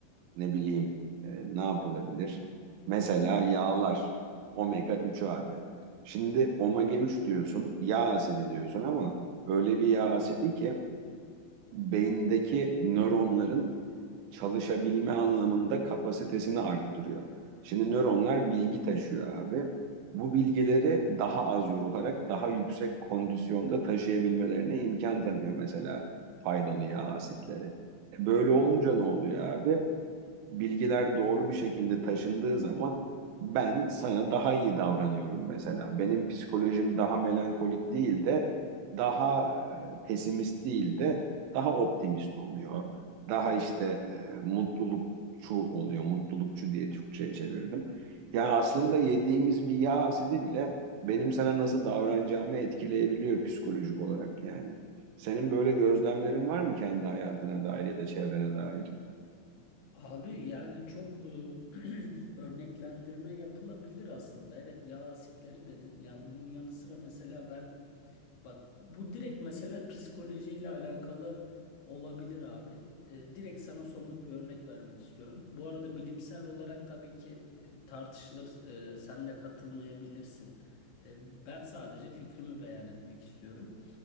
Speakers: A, on the right (about 80°); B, on the left (about 75°).
A: Ne bileyim e, ne yapılabilir? Mesela yağlar omega 3 abi. Şimdi omega 3 diyorsun, yağ asidi diyorsun ama öyle bir yağ asidi ki beyindeki nöronların çalışabilme anlamında kapasitesini arttırıyor. Şimdi nöronlar bilgi taşıyor abi. Bu bilgileri daha az yorularak daha yüksek kondisyonda taşıyabilmelerine imkan tanıyor mesela faydalı yağ asitleri. E böyle olunca ne oluyor abi? bilgiler doğru bir şekilde taşındığı zaman ben sana daha iyi davranıyorum mesela. Benim psikolojim daha melankolik değil de daha e, pesimist değil de daha optimist oluyor. Daha işte e, mutlulukçu oluyor. Mutlulukçu diye Türkçe'ye çevirdim. Yani aslında yediğimiz bir yağ asidi bile benim sana nasıl davranacağımı etkileyebiliyor psikolojik olarak yani. Senin böyle gözlemlerin var mı kendi hayatına dair ya da çevrene dair?
B: Abi yani çok e, <clears throat> örneklendirme yapılabilir aslında. Evet yağ asitleri dedin. Ya bunun yanı sıra mesela ben bak bu direkt mesela psikolojiyle alakalı olabilir abi. E, direkt sana somut bir örnek vermek istiyorum. Bu arada bilimsel olarak tabii ki e, tartışılır. E, sen de katılmayabilirsin. E, ben sadece fikrimi beyan etmek istiyorum.